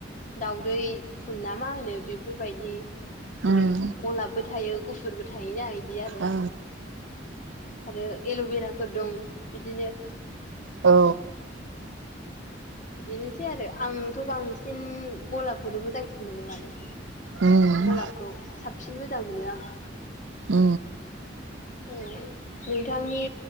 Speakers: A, on the left; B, on the right.
A: दाउदै फुल ना मा होनो बेफोरबायदि जेरै
B: उम
A: गलाबबो थायो गुफुरबो थायोना आरो
B: आ।
A: आरो एलभेराफोर दं बिदिनो
B: औ।
A: बिदिनोसैआरो आंथ बांसिन गलाबखौनो मोजांसिन मोनो मानो
B: उम
A: गलाबखौ साबसिन मोजां मोनो आं।
B: औ।
A: अ नोंथांनि